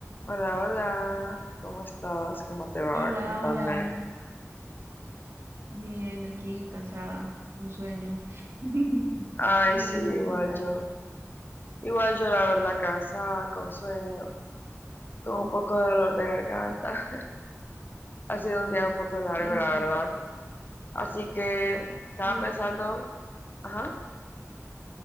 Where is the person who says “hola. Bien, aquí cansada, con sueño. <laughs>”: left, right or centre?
Right